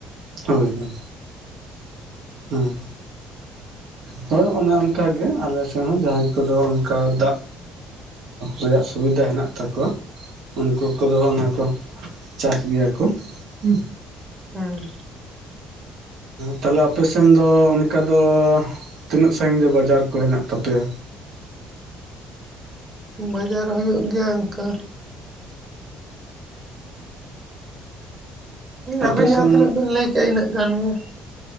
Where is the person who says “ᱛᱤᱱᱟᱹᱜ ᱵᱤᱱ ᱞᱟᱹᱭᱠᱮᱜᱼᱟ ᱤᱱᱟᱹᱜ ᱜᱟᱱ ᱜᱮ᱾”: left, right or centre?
Right